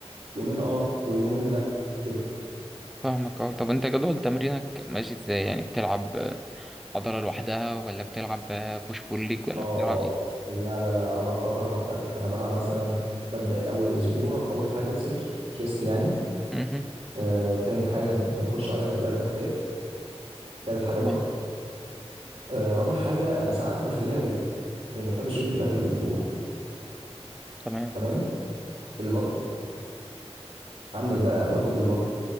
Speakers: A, on the right; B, in the centre.
A: يومين اه ويومين لا كده
B: فاهمك اه طب انت جدول تمرينك ماشي ازاي يعني بتلعب آه، عضله لوحدها ولا بتلعب آه، بوش بول ليج ولا
A: اه آه،
B: بتلعب ايه
A: آه. لا لا لا عضله عضله لوحدها انا بلعب مثلا ببدا اول اسبوع اول حاجه بصدر شيست يعني
B: مهم.
A: آه، تاني حاجة بنخش عليها بتبقى الأكتاف تالت حاجة
B: تمام
A: ظهر آه، رابع حاجة أنا ساعات بخليها رجل لأن ما بحبش رجل تبقى آخر الأسبوع
B: تمام
A: تمام البطن عندك بقى باخد البطن